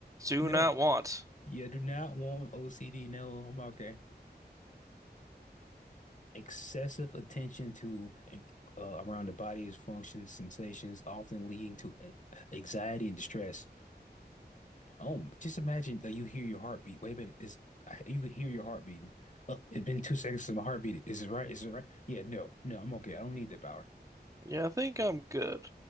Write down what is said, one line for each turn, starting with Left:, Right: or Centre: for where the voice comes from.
Right: do
Left: no,
Right: not want.
Left: you do not want OCD. No, I'm okay. Excessive attention to and, uh, around the body's functions, sensations, often leading to a- anxiety and distress. Oh, just imagine that you hear your heartbeat. Wait a minute, is you can hear your heart beating. Uh, it's been two seconds since my heart beat. Is it right? Is it right? Yeah, no, no, I'm okay. I don't need that power.
Right: Yeah, I think I'm good.